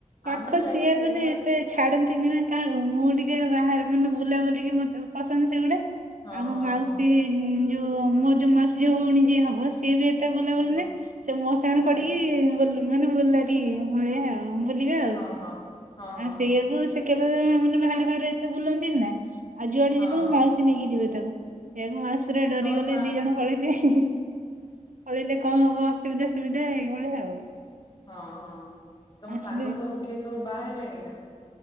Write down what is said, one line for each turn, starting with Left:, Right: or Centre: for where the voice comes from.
Right: ପାଖ
Left: ଆମେ ଯାଇଥିଲୁ
Right: ସିଏ
Left: କେନ୍ଦ୍ରା
Right: ମାନେ ଏତେ ଛାଡନ୍ତିନି ନା କାହାକୁ ମୁଁ ଟିକେ ବାହାରେ ମୁଁକହିଲି ବୁଲା ବୁଲିିକି ମତେ ପସନ୍ଦ ସେଗୁଡା
Left: ହଁ
Right: ଆଉ ମୋ
Left: ହଁ
Right: ମାଉସୀ
Left: ହଁ ହଁ
Right: ଝୀ ଯୋଉ ମୋ ଯୋଉ ମାଉସୀ ଝିଅ ଭଉଣୀ ଯିଏ ହବ ସିଏ ବି ଏତ ଏତେ ବୁଲା
Left: ହଁ
Right: ବୁଲି
Left: ହଁ
Right: ନାଇଁ ସେ ମୋ ସାଙ୍ଗରେ
Left: ଆଚ୍ଛା
Right: ପଡିକି
Left: ଆଚ୍ଛା
Right: ବୁଲ ମାନେ ବୁଲାରୀ ଭଳିଆ ଆଉ। ହଉ ବୁଲିବା ଆଉ
Left: ହଁ ହଁ। ହଁ ହଁ
Right: ଆଉ ସେଇଆକୁ
Left: ହଁ
Right: ସେ। କେବେ ବି ଏମାନେ ବାହାରେ ଫାହାରେ ଏତେ ବୁଲନ୍ତିିନି ନା ଆଉ ଯୁଆଡେ
Left: ହଁ
Right: ଯିବ ମୋ
Left: ହଁ
Right: ମାଉସୀ ନେଇକି ଯିବେ ତା। ତାକୁ ସେଇଆକୁ ମାଉସୀ ପୁରା ଡରିଗଲେ
Left: ତମ ସା
Right: ଦି ଜଣ ପଳେଇଲେ ହି ହି ପଳେଇଲେ କଁ ହବ ଅସୁ ଅସୁବିଧା ସୁବିଧା ଏ ଇ ଭଳିଆ ଆଉ।
Left: ହଁ ହଁ ତମ
Right: ଆସିଲେ
Left: ସାଙ୍ଗ ସବୁ କିଏ ସବୁ ବାହାହେଲେଣି ନା।